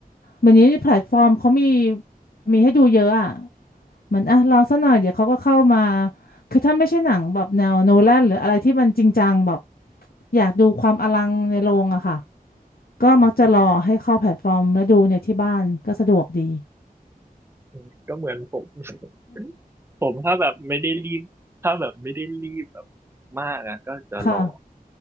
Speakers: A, on the left; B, on the right.
A: วันนี้แพลตฟอร์มเขามีมีให้ดูเยอะอ่ะเหมือนอ่ะรอสักหน่อยเดี๋ยวเขาก็เข้ามาคือถ้าไม่ใช่หนังแบบแนวโนแลนหรืออะไรที่มันจริงจังแบบอยากดูความอลังในโรงอะค่ะ ก็มักจะรอให้เข้าแพลตฟอร์มแล้วดูในที่บ้านก็สะดวกดี
B: อืมอืมก็เหมือนผม <laughs> ผมถ้าแบบไม่ได้รีบถ้าแบบไม่ได้รีบแบบมากอะก็จะรอ
A: ค่ะ